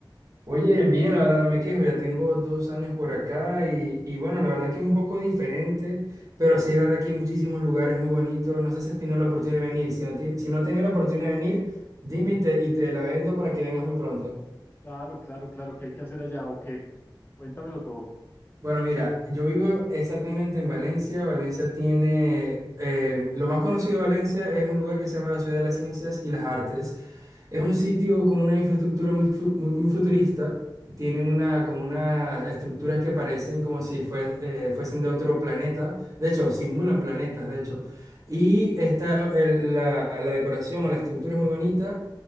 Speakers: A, on the right; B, on the left.
A: Oye, bien, la verdad no me quejo. Ya tengo dos años por acá y, y bueno, la verdad que es un poco diferente, pero sí es verdad que hay muchísimos lugares muy bonitos. No sé si has tenido la oportunidad de venir. Si no, ti- si no has tenido la oportunidad de venir, dime y te, y te la vendo para que vengas muy pronto.
B: Claro, claro, claro. ¿Qué hay que hacer allá? Ok. Cuéntamelo todo.
A: Bueno, mira, yo vivo exactamente en Valencia. Valencia tiene, eh, lo más conocido de Valencia es un lugar que se llama la Ciudad de las Ciencias y las Artes. Es un sitio con una infraestructura muy, fu- muy, muy futurista. Tienen una, como unas estructuras que parecen como si fue- eh, fuesen de otro planeta. De hecho, simulan planetas, de hecho. Y está el- la, la decoración o la estructura es muy bonita.